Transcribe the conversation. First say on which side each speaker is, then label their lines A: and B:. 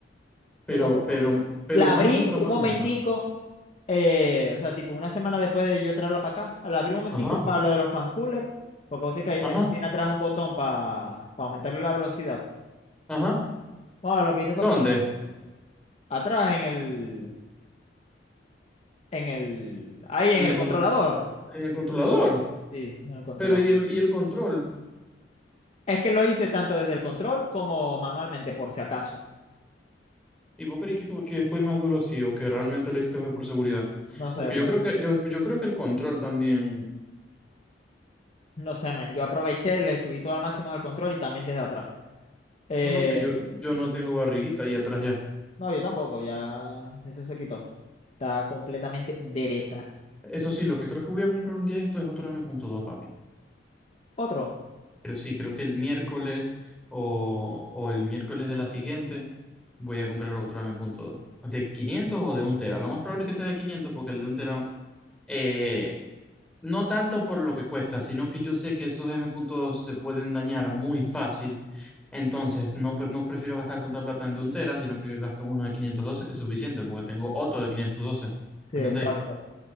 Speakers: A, in the centre; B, on the left.
A: Pero,
B: yo tampoco.
A: pero, pero
B: La
A: más
B: abrí
A: nunca,
B: un
A: más
B: momentico.
A: nunca.
B: Eh, o sea, tipo, una semana después de yo traerla para acá, la abrí un momentico
A: Ajá,
B: para lo de los fan coolers, porque vos sabés
A: ajá,
B: que eso tiene atrás un botón para aumentarle la velocidad.
A: ajá.
B: Bueno, lo que hice fue
A: ¿Dónde?
B: poner atrás en el, en el, ahí en
A: En el
B: el
A: contro-
B: controlador.
A: en el controlador.
B: Sí, en el controlador.
A: Pero ¿y el, y el control?
B: Es que lo hice tanto desde el control como manualmente, por si acaso.
A: ¿Y vos creí que, que fue más duro así o que realmente lo hiciste fue por seguridad?
B: No
A: Porque
B: sé,
A: yo
B: lo-
A: creo que, yo, yo creo que el control también.
B: no sé, men. Yo aproveché, le subí todo al máximo del control y también desde atrás. Eh,
A: No, papi, yo, yo no tengo barriguita y atrás ya.
B: no, yo tampoco, ya eso se quitó. Está completamente dereta.
A: Eso sí, lo que creo que voy a comprar un día de esto es otro M.2, papi.
B: Otro.
A: Pero sí, creo que el miércoles o, o el miércoles de la siguiente voy a comprar otro M punto dos ¿De 500 o de 1 tera? Lo más probable es que sea de 500 porque el de 1 tera, eh, no tanto por lo que cuesta, sino que yo sé que esos M punto dos se pueden dañar muy fácil. Entonces, no, pre- no prefiero gastar tanta plata en de 1 tera, sino que gasto uno de 512 que es suficiente porque tengo otro de 512.
B: Sí,
A: ¿Entendéis?
B: exacto.